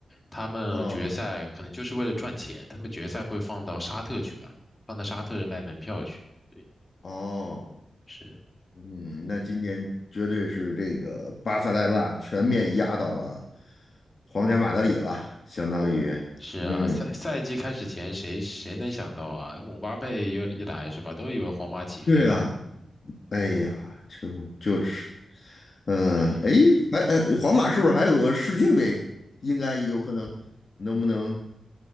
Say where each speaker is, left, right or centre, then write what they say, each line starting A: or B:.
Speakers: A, on the left; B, on the left.
A: 他们决赛可能就是为了赚钱，
B: 哦
A: 他们决赛会放到沙特去办，放到沙特卖门票去。对，
B: 哦。
A: 是
B: 嗯，那今年绝对是这个巴塞莱纳全面压倒了皇家马德里了，相当对于，
A: 是啊，
B: 嗯，
A: 赛赛季开始前谁谁能想到啊？姆巴佩又一来是吧，都以为皇马起飞了。
B: 对啊，哎呀，就就是，嗯、
A: 对，
B: 哎，还、呃，皇马是不是还有个世俱杯？应该有可能，能不能？